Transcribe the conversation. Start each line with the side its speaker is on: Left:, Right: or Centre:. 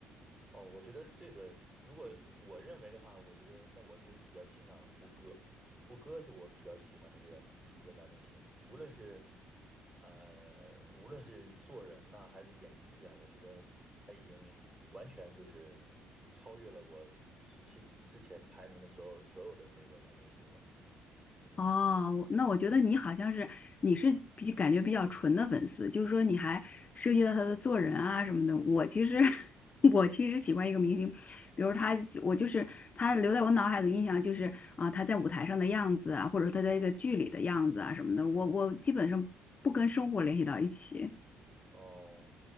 Right: 哦，我觉得这个，如果我认为的话，我觉得那我就比较欣赏胡歌，胡歌是我比较喜欢的这样一个男明星，无论是呃，无论是做人呐、还是演技啊，我觉得他已经完全就是超越了我之其之前排名的所有所有的那个男明星了，嗯。
Left: 哦，我那我觉得你好像是你是比感觉比较纯的粉丝，就是说你还涉及到他的做人啊什么的。我其实 <laughs> 我其实喜欢一个明星，比如他，我就是他留在我脑海的印象就是啊、他在舞台上的样子啊，或者他在一个剧里的样子啊什么的。我我基本上不跟生活联系到一起。
Right: 哦，